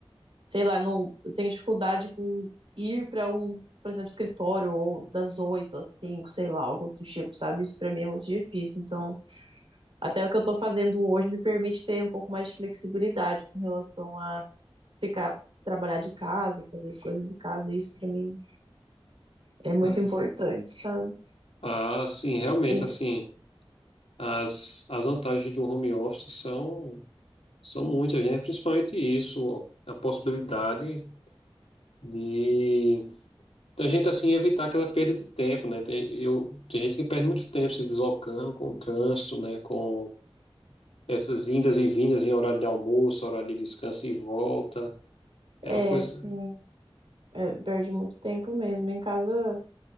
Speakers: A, on the right (about 65°); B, on the left (about 85°).
A: sei lá, não, eu tenho dificuldade com ir para um, por exemplo, escritório ou das oito às cinco, sei lá, algo do tipo, sabe? Isso para mim é muito difícil. Então, até o que eu tô fazendo hoje me permite ter um pouco mais de flexibilidade com relação a ficar trabalhar de casa, fazer as coisas de casa. Isso para mim é muito
B: tá?
A: importante, sabe?
B: Ah, sim, realmente,
A: E-
B: assim, as, as vantagens do home office são, são muitas, né? Principalmente isso, ó, a possibilidade de da gente, assim, evitar aquela perda de tempo, né? Tem, eu, tem gente que perde muito tempo se deslocando com o trânsito, né? Com Essas indas e vindas em horário de almoço, horário de descanso e volta. É
A: É,
B: uma coisa.
A: sim, é, perde muito tempo mesmo em casa.